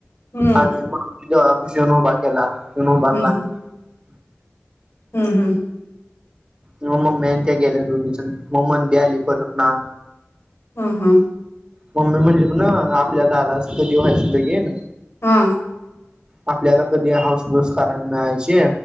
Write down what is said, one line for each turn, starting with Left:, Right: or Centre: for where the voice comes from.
Left: हम्म
Right: आणि मग, दारापाशी आणून उभा केला. <unintelligible>
Left: हम्म हम्म हम्म हम्म
Right: मग मम्मी ते गेल्या दोघीजण मग <unintelligible> आली परत ना.
Left: हम्म हम्म
Right: मम्मी म्हणली म न आपल्या दादाच कधी व्हायच लगीन.
Left: हा,
Right: आपल्याला कधी हौसमौस करायला मिळायची.